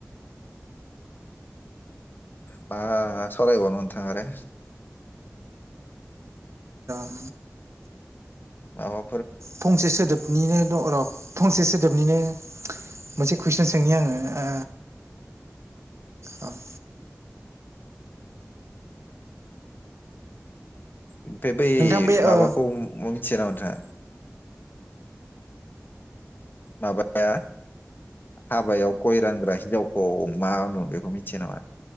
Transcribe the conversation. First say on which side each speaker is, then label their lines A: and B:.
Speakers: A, on the left; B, on the right.
A: बा सावरायबावनो नोंथाङा आरो?
B: उम।
A: माबा
B: फंसे सोदोबनिनो दं र' फंसे सोदोब निनो मोनसे कुइसन सोंनि आङो ओ ओम
A: ओमफ्राय बै
B: नोंथां बे
A: माबाखौ
B: ओ
A: मिथिया ना नोंथाङा? माबाया हाबायाव गय रानग्रा हिनजावखौ मा होनो बेखौ मिथिया नामा?